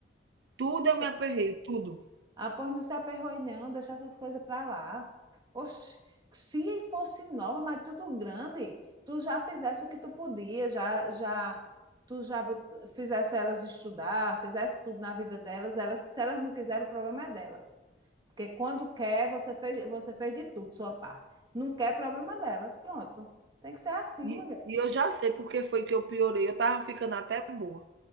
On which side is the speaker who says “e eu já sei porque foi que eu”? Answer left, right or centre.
Right